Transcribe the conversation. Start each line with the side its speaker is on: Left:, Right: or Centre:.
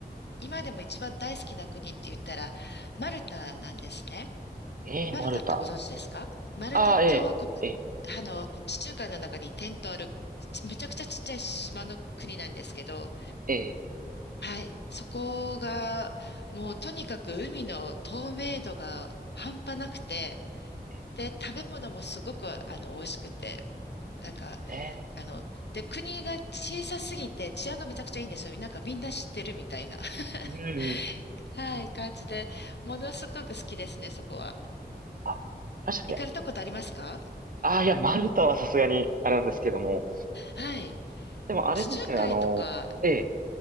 Left: 今でも一番大好きな国って言ったら、マルタなんですね。
Right: えー、
Left: マルタってご存知ですかマルタ共和国、
Right: マルタ。ああ、えー、え
Left: あの、地中海の中に点とある、ちめちゃくちゃちっちゃい島の国なんですけど、
Right: ー、え
Left: はい。そこが、もうとにかく海の透明度が半端なくて、
Right: ー、え
Left: で、食べ物もすごく、あの、美味しくて、なんか、
Right: ー、え
Left: あの、で、国が小さすぎて治安がめちゃくちゃいいんですよ。なんかみんな知ってるみたいな、
Right: ー、うん。
Left: <laughs> はい、感じで、ものすごく好きですね、そこは。
Right: あ、あしたっけ
Left: 行かれたことありますか
Right: ああいや、マルタはさすがにあれなんですけども、
Left: はい。
Right: でもあれですね、
Left: 地中海とか、
Right: あの、え